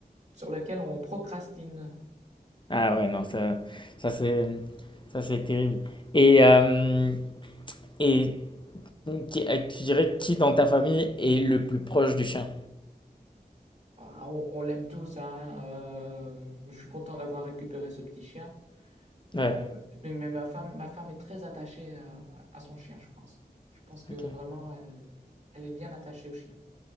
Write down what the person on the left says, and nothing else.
Ah ouais, non, ça, ça c'est, ça c'est terrible. Et, euh, Et qui- euh, tu dirais qui dans ta famille est le plus proche du chien?
Ouais,
ok,